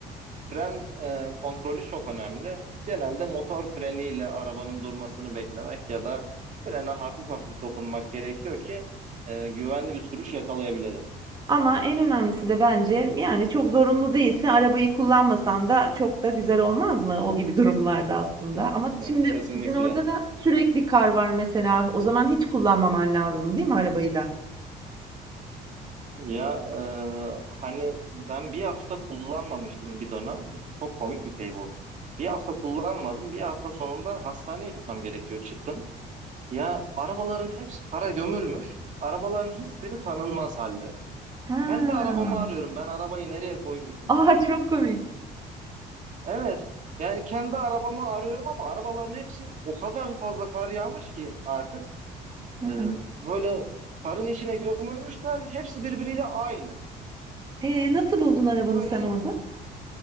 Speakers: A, on the right (about 45°); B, on the right (about 25°).
A: fren e, kontrolü çok önemli. Genelde motor freniyle arabanın durmasını beklemek ya da frene hafif hafif dokunmak gerekiyor ki e, güvenli bir sürüş yakalayabilelim.
B: Ama en önemlisi de bence yani çok zorunlu değilse arabayı kullanmasan da çok da güzel olmaz mı o gibi durumlarda aslında.
A: Kesinlikle,
B: Ama şimdi
A: kesinlikle.
B: sizin orada da sürekli kar var mesela. O zaman hiç kullanmaman lazım, değil mi arabayı da?
A: Ya e, hani ben bir hafta kullanmamıştım bir dönem. Çok komik bir şey bu. Bir hafta kullanmadım. Bir hafta sonunda hastaneye gitmem gerekiyor. Çıktım. Ya arabaların hepsi kara gömülmüş. Arabaların hiçbiri tanınmaz halde.
B: Ha.
A: Ben de arabamı arıyorum. Ben arabayı nereye koymuşum
B: A,
A: diye.
B: çok komik.
A: Evet. Yani kendi arabamı arıyorum ama arabaların hepsi o kadar fazla kar yağmış ki artık
B: Hı
A: e,
B: hı.
A: böyle karın içine gömülmüşler. Hepsi birbiriyle aynı.
B: Ee nasıl buldun arabanı
A: Böyle
B: sen orada?